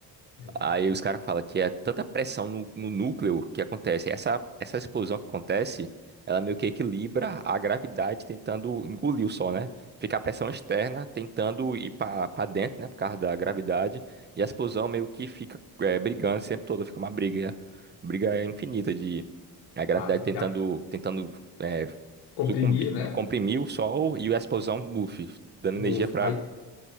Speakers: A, on the left; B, on the right.
A: É.
B: Aí os caras falam que é tanta pressão no, no núcleo que acontece. Essa, essa explosão que acontece, ela meio que equilibra a gravidade tentando engolir o Sol, né? Fica a pressão externa tentando ir para dentro, né? Por causa da gravidade. E a explosão meio que fica é, brigando sempre todo. Fica uma briga, briga infinita de a gravidade
A: A, da,
B: tentando, tentando é,
A: comprimir,
B: sucumbir,
A: né?
B: É comprimir o Sol e a explosão, buff, dando energia
A: Move.
B: para
A: Aí,